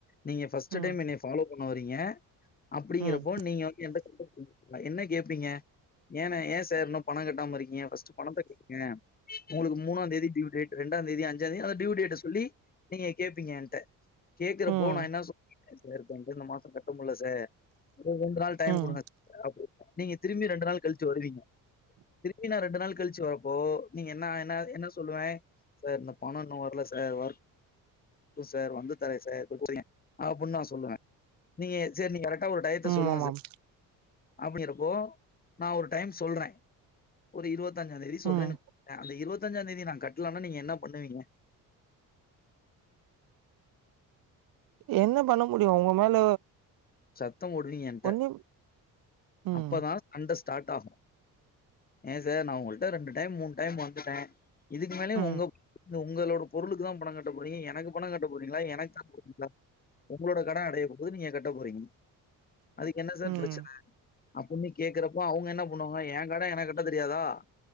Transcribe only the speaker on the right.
ம்
ம்
ம்
ம்
ம் ஆமாம்
ம்
என்ன பண்ண முடியும் உங்க மேல
ஒன்னு ம்
ம்
ம்